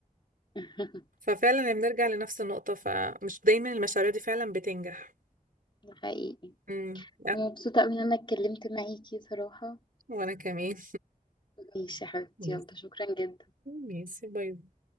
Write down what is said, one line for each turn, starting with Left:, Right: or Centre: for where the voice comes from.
Left: <laughs>
Right: ففعلا بنرجع لنفس النقطة فمش دايما المشاريع دي فعلا بتنجح
Left: ده حقيقي
Right: امم أه،
Left: مبسوطة أوي إن أنا اتكلمت معاكي صراحة
Right: وانا كمان
Left: ماشي يا حبيبتي
Right: ميسي
Left: يلا شكرا جدا
Right: ميسي باي باي.